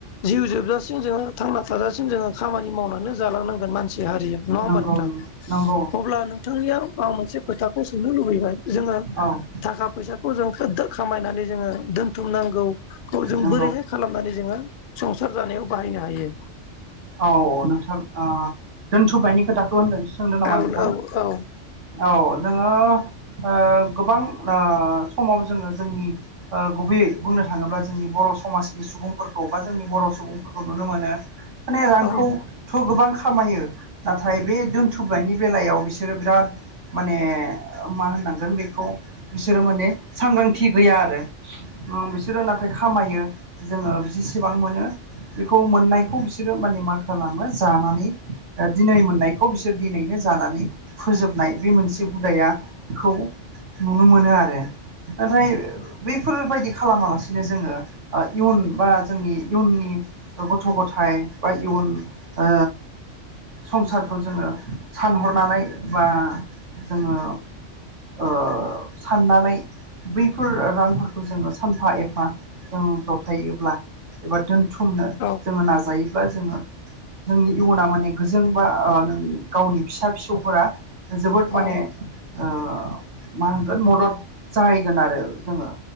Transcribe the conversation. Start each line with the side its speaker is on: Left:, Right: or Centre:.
Left: जिउ जोबजासिम जोङो थांना थाजासिम जोङो खामानि मावनानै जालांनांगोन मानसि हारिया नङा होमबा
Right: नंगौ
Left: नोंथां?
Right: नंगौ
Left: अब्ला नोंथांनियाव आं मोनसे खोथाखौ सोंनो लुबैबाय जोङो
Right: औ
Left: थाखा फैसाखौ जों <unintelligible> खामायनानै जोङो दोन्थुमनांगौखौ जों
Right: नंगौ
Left: बोरैहाय खालामनानै जोङो संसार जानायाव बाहायनो हायो।
Right: औ औ नोंथां ओ दोनथ'नायनि खोथाखौ होनदों सोंदों नामा
Left: औ
Right: नोंथां?
Left: औ औ
Right: औ जोङो ओ गोबां ओ समाव जोङो जोंनि ओ गुबैयै बुंनो थाङोब्ला जोंनि बर' समाजनि सुबुंफोरखौ बा जोंनि बर' सुबुं फोरखौ नुनो मोनो माने रांखौ
Left: औ
Right: थ' गोबां खामायो नाथाय बे दोनथुमनायनि बेलायाव बिसोरो बिराद माने मा होननांगोन बेखौ बिसोरो माने सांग्रांथि गैया आरो ओ बिसोरो नाथाय खामायो जोङो बिसेबां मोनो बेखौ मोननायखौ बिसोर बिसोरो माने मा खालामो जानानै दिनै मोननायखौ बिसोर दिनैनो जानानै फोजोबनाय बे मोनसे हुदायाखौ नुनो मोनो आरो। नाथाय बैफोरबायदि खालामालासिनो जोङो आ इयुन बा जोंनि इयुननि गथ' गथाय बा इयुन ओ संसारखौ जोङो सानहरनानै बा जोङो ओ साननानै बैफोर रांफोरखौ जोङो सानफा एफा जों जथायोबब्ला एबा दोनथुमनो
Left: औ
Right: जोङो नाजायोब्ला जोङो जोंनि इउना माने गोजों बा ओ गावनि फिसा फिसौफोरा जोबोद माने
Left: औ
Right: ओ मा होनगोन मदद जाहैगोन आरो जोङो